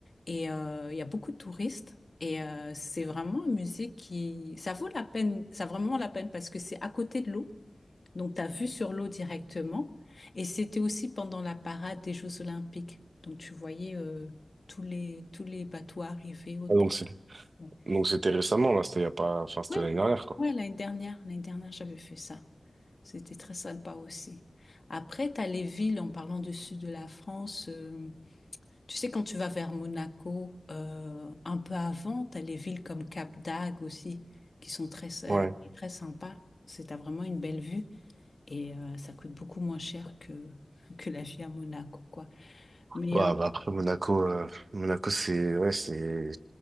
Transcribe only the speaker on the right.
donc,
c'est,
donc c'était récemment, là, c'était il y a pas, enfin, c'était
l'année dernière, quoi.
Ouais.
Ouais,
bah après, Monaco, euh, Monaco, c'est, ouais, c'est,